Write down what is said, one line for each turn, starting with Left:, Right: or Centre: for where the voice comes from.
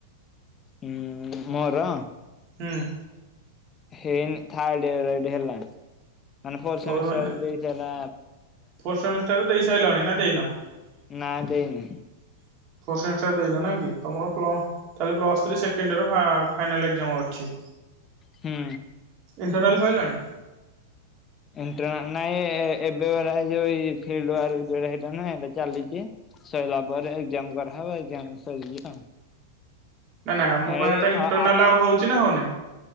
Left: ହୁଁ ମୋର?
Right: ହୁଁ।
Left: ହେଇନି ଥାର୍ଡ ଇୟର ଏଇଟି ହେଲା। ମାନେ ଫୋର
Right: ଓ
Left: ସେମିଷ୍ଟର
Right: ମାନେ
Left: ଏବେ ଏଇଟି ହେଲା।
Right: ଫୋର୍ ସେମିଷ୍ଟର ଦେଇ ସାରିଲାଣି ନା ଦେଇନ ଫୋର
Left: ନା ଦେଇନି।
Right: ସେମିଷ୍ଟାର ଦେଇନ ନାଇକି? ତମର ପ୍ଳ ତାହେଲେ ପ୍ଲସ୍ ଥ୍ରୀ ସେ ସେକେଣ୍ଡ ଇୟର ଫା ଫାଇନାଲ ଏକ୍ଜାମ ଅଛି।
Left: ହୁଁ
Right: ଇଣ୍ଟରନାଲ୍ ସରିଲାଣି?
Left: ଇଣ୍ଟରନାଲ ନା ନାଇଁ ଏ ଏବେ ପରା ଏଇ ଯୋଉ ଫିଲ୍ଡ ୱାର୍କ ଯୋଉ ହେଇଟା ନୁହଁ ସେଇଟା ଚାଲିଛି ସରିଲା ପରେ ଏଜ୍ଜ୍ଜାମ କରାହେବ ଏଜ୍ଜ୍ଜାମ ସରି ଯିବ ଆଉ।
Right: ନା ନା ମୁଁ
Left: ଏଇ
Right: କହିବା କଥା ଇଣ୍ଟରନାଲ
Left: ଅ ଆ
Right: ଆଉ ହଉଛି ନା ହଉନି।